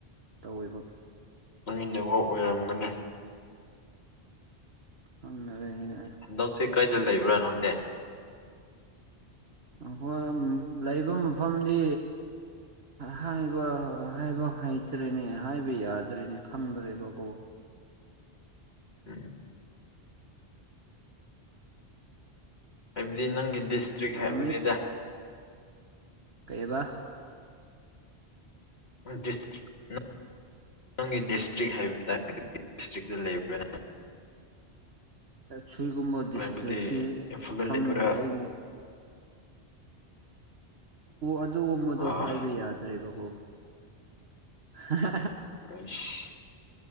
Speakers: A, on the right (about 70°); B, on the left (about 70°).
A: ꯇꯧꯕ
B: ꯃꯥꯡꯃꯤꯟꯅꯕ ꯑꯣꯏꯔꯝꯒꯅꯤ
A: ꯍꯪꯅꯔꯦ
B: ꯍꯟꯗꯛꯁꯦ ꯀꯩꯗ ꯂꯩꯕ꯭ꯔꯥꯅꯪꯅꯦ
A: ꯑꯩꯈꯣꯏ ꯂꯩꯕ ꯃꯐꯝꯗꯤ ꯍꯥꯏꯕ ꯍꯥꯏꯕ ꯍꯩꯇ꯭ꯔꯦꯅꯦ ꯍꯥꯏꯕ ꯌꯥꯗ꯭ꯔꯔꯤꯅꯦ ꯈꯪꯗ꯭ꯔꯦꯕꯀꯣ
B: ꯎꯝ ꯍꯥꯏꯕꯗꯤ ꯅꯪꯒꯤ ꯗꯤꯁꯇ꯭ꯔꯤꯛ ꯍꯥꯏꯕꯅꯤꯗ
A: ꯃꯃꯤꯡ ꯀꯩꯕ
B: ꯗꯤꯁꯇ꯭ꯔꯤ ꯅꯊꯪꯒꯤ ꯗꯤꯁꯇ꯭ꯔꯤꯛ ꯍꯥꯏꯕꯅꯤ ꯇ ꯗꯤꯁꯇ꯭ꯔꯤꯛꯇ ꯂꯩꯕꯅ
A: ꯁꯤꯣꯏꯒꯨꯝꯕ ꯗꯤꯁꯇ꯭ꯔꯤꯛꯇꯤ
B: ꯍꯥꯏꯕꯗꯤ ꯏꯝꯐꯥꯜꯗ
A: ꯈꯪꯅꯔꯦ
B: ꯂꯩꯕ꯭ꯔꯥ
A: ꯑꯩꯒꯤ ꯑꯗꯨꯒꯨꯝꯕꯗꯣ
B: ꯑꯥ
A: ꯍꯥꯏꯕ ꯌꯥꯗ꯭ꯔꯦꯕꯀꯣ <unintelligible>
B: ꯑꯁ